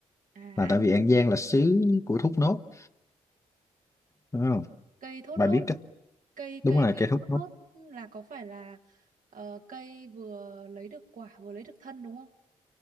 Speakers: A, on the right; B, on the left.
A: À
B: là tại
A: An
B: vì An Giang là xứ của thốt nốt đúng không
A: cây thốt
B: bà
A: nốt,
B: biết cách
A: cây
B: đúng
A: cây
B: rồi
A: cây
B: cây thốt
A: thốt
B: nốt
A: nốt là có phải là ờ, cây vừa lấy được quả vừa lấy được thân đúng không?